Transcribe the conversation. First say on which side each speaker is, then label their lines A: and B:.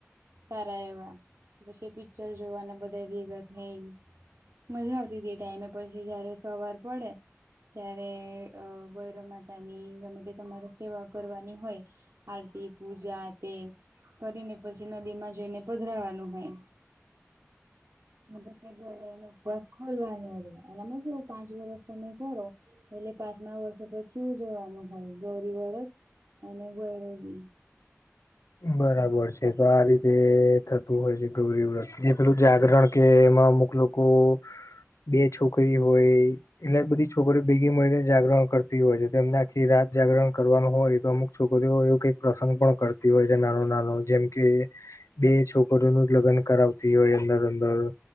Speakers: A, on the right; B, on the left.
A: સારા એવા. પછી એ પિક્ચર જોવાના બધા ભેગા થ‌ઇન મજા આવતી હતી એ ટાઈમે. પછી જ્યારે સવાર પડે ત્યારે અ ગૌરી માતાની ગમે તે તમારે સેવા કરવાની હોય આરતી, પૂજા કે કરીને પછી નદીમાં જઈને પધરાવાનું હોય હ બસ ઘરે એનો ઉપવાસ ખોલવાનો હોય. આમાં તો કેવું પાંચ વર્ષ તમે કરો એટલે પાંચમા વર્ષે પછી ઉજવવાનું હોય ગૌરી વરત અને <unintelligible> બી
B: બરાબર છે. તો આ રીતે થતું હોય છે ગૌરી વ્રત. ને પેલું જાગરણ કે એમાં અમુક લો કો બે છોકરી હોય એટલે બધી છોકરીઓ ભેગી મળીને જાગરણ કરતી હોય છે. એમને આખી રાત જાગરણ કરવાનું હોય તો અમુક છોકરીઓ એવું કંઈક પ્રસંગ પણ કરતી હોય છે નાનો નાનો જેમ કે બે છોકરીઓનું લગ્ન કરાવતી હોય અંદર અંદર